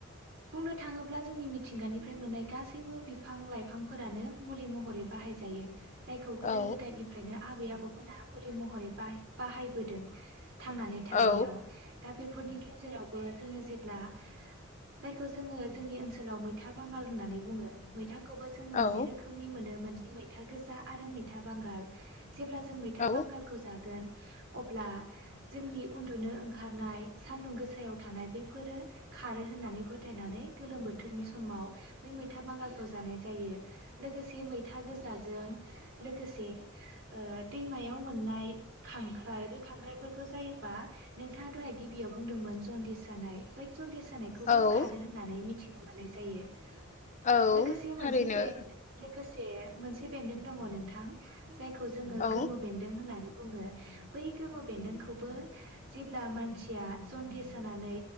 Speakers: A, on the right (about 80°); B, on the left (about 35°).
A: बुंनो थाङोब्ला जोंनि मिथिंगानिफ्राय मोननाय गासैबो बिफां लाइफांफोरानो मुलि महरै बाहायजायो। जायखौ गोदो
B: औ
A: गोदायनिफ्रायनो आबै आबौ मोना मुलि महरै बाहाय बाहायबोदों। थांनानै थानायाव
B: औ
A: दा बेफोरनि गेजेरावबो जोङो जेब्ला जायखौ जोङो जोंनि ओनसोलाव मैथा बांगाल होननानै बुङो मैथा खौबो जोङो मोननै
B: औ
A: रोखोमनि मोनो मोन। मैथा गोजा आरो मै मैथा बांगाल जेब्ला जों मैथा
B: औ
A: बांगालखौ जागोन अब्ला जोंनि उन्दुनो ओंखारनाय सान्दुं गोसायाव थानाय बैफोरो खारो होननानै फोथायनानै गोलोम बोथोरनि समाव बै मैथा बांगालखौ जानाय जायो लोगोसे से मैथा गोजाजों लोगोसे ओ दैमायाव मोननाय खांख्राइ बे खांख्राइफोरखौ जायोबा नोंथाङा दहाय गिबियाव बुंदोंमोन जन्दिस जानाय बै जन्दिस जानायखौबो
B: औ
A: खारो होननानै मिथिनो मोननाय जायो।
B: औ
A: लोगोसे मोनसे
B: थारैनो
A: बेन लोगोसे मोनसे बेन्दों दङ नोंथां थां जाय खौ जोङो
B: औ
A: गोमो बेन्दों होननानै बुङो बै गोमो बेन्दोंखौबो जेब्ला मानसिया जन्दिस जानानै